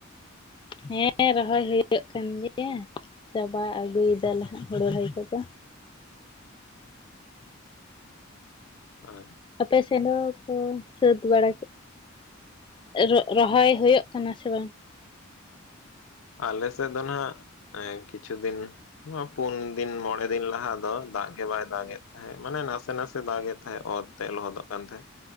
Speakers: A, on the left; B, on the left.
A: ᱦᱮᱸ, ᱨᱚᱦᱚᱭ ᱦᱳᱭᱳᱜ ᱠᱟᱱ ᱜᱮᱭᱟ ᱾ ᱪᱟᱵᱟ ᱟᱜᱩᱭ ᱫᱟᱞᱮ ᱦᱟᱸᱜ ᱦᱩᱲᱩ ᱨᱚᱦᱚᱭ ᱠᱚ ᱫᱚ ᱾
B: ᱟᱨ
A: ᱟᱯᱮ ᱥᱮᱫ ᱦᱚᱸ ᱠᱚ ᱥᱟᱹᱛᱼᱼ ᱵᱟᱲᱟ ᱠᱮᱛ, ᱮ ᱨᱚ ᱨᱚᱦᱚᱭ ᱦᱩᱭᱩᱜ ᱠᱟᱱᱟ ᱥᱮ ᱵᱟᱝ?
B: ᱟᱞᱮ ᱥᱮᱫ ᱫᱚ ᱦᱟᱸᱜ ᱮ ᱠᱤᱪᱷᱩ ᱫᱤᱱᱼᱼ ᱱᱚᱣᱟ ᱯᱩᱱ ᱫᱤᱱ ᱢᱚᱬᱮ ᱫᱤᱱ ᱞᱟᱦᱟ ᱫᱚ ᱫᱟᱜ ᱜᱮ ᱵᱟᱭ ᱫᱟᱜᱮᱫ ᱛᱟᱦᱮᱸᱜ, ᱢᱟᱱᱮ ᱱᱟᱥᱮ ᱱᱟᱥᱮᱭ ᱫᱟᱜᱮᱫ ᱛᱟᱦᱮᱸᱫ ᱚᱛᱼᱼ ᱛᱮ ᱞᱚᱦᱚᱫᱚᱜ ᱠᱟᱱ ᱛᱟᱦᱮᱸᱫ